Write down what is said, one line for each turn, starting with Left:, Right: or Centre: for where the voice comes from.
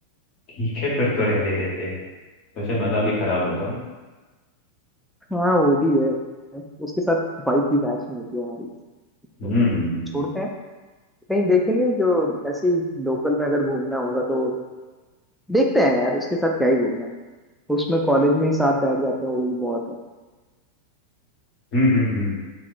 Left: ठीक है फिर तो रहने देते हैं वैसे मजा भी खराब होगा ना
Centre: हाँ वो भी है उसके साथ वाइब भी मैच नहीं होती हमारी
Left: हम्म
Centre: तो छोड़ते हैं नहीं देखेंगे जो ऐसे ही लोकल में अगर घूमना होगा तो देखते हैं यार उसके साथ क्या ही घूमना उसमें कॉलेज में ही साथ बैठ जाते हैं वही बहुत है
Left: हम्म हम्म हम्म।